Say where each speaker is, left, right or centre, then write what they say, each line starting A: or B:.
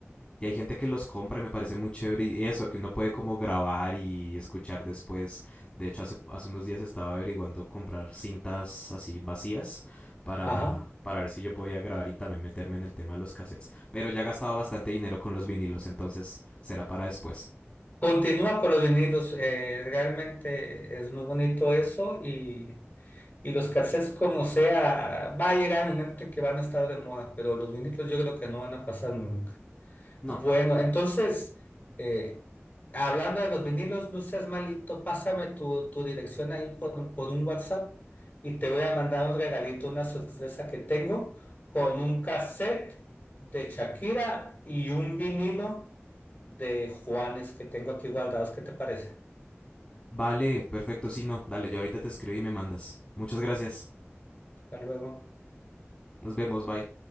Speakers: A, on the left; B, on the left.
A: Y hay gente que los compra y me parece muy chévere. Y eso, que uno puede como grabar y escuchar después. De hecho, hace, hace unos días estaba averiguando comprar cintas así vacías para,
B: ajá.
A: para ver si yo podía grabar y también meterme en el tema de los cassettes. Pero ya he gastado bastante dinero con los vinilos, entonces será para después.
B: Continúa con los vinilos, eh, realmente es muy bonito eso y, y los cassettes como sea, va a llegar el momento en que van a estar de moda, pero los vinilos yo creo que no van a pasar nunca.
A: No.
B: Bueno, entonces, eh, hablando de los vinilos, no seas malito, pásame tu, tu dirección ahí por, por un WhatsApp y te voy a mandar un regalito, una sorpresa que tengo con un cassette de Shakira y un vinilo de Juanes que tengo aquí guardados. ¿Qué te parece?
A: Vale, perfecto, sí, no. Dale, yo ahorita te escribo y me mandas. Muchas gracias.
B: Hasta luego.
A: Nos vemos, bye.